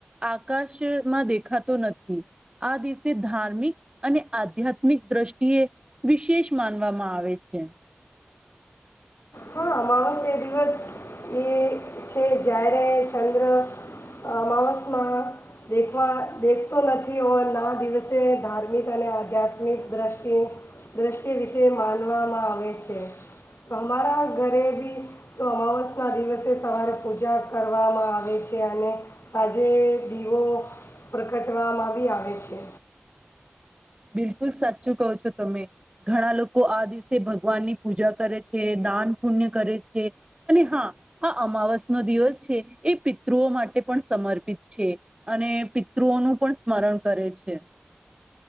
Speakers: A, on the right; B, on the left.
A: આકાશમાં દેખાતો નથી આ દિવસે ધાર્મિક અને આધ્યાત્મિક દ્રષ્ટિએ વિશેષ માનવામાં આવે છે.
B: હા અમાવસ્ય દિવસ એ છે જય્યારે ચંદ્ર અમાવસમાં દેખવા દેખતો નથી હો ના દિવસે ધાર્મિક અને આધ્યાત્મિક દ્રષ્ટિ દ્રષ્ટિ વિશે માનવામાં આવે છે તો અમારા ઘરે બી તો અમાવસના દિવસે સવારે પૂજા કરવામાં આવે છે અને સાંજે દીવો પ્રગટવામાં આવી આવે છે.
A: બિલકુલ સાચું કહો છો તમે ઘણા લોકો આ દિવસે ભગવાનની પૂજા કરે છે, દાન પુણ્ય કરે છે, અને હા આ અમાવસ ન દિવસ છે એ પિતૃઓ માટે પણ સમર્પિત છે, અને પિતૃઓનું પણ સ્મરણ કરે છે.